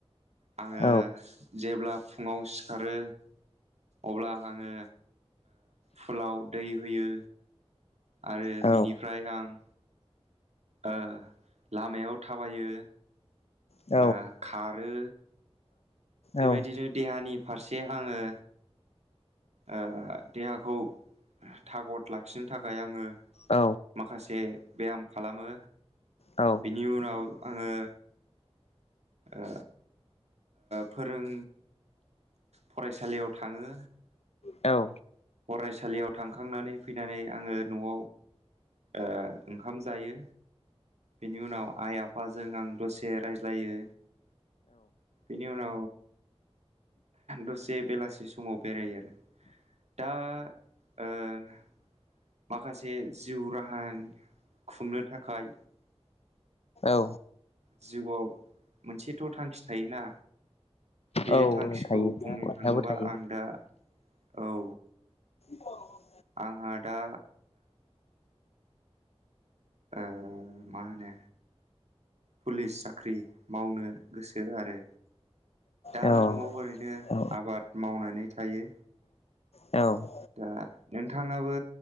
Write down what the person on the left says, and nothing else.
औ
औ
औ
औ
औ
औ
औ
औ
औ
थायो बयहाबो
थायो
औ
औ
औ
औ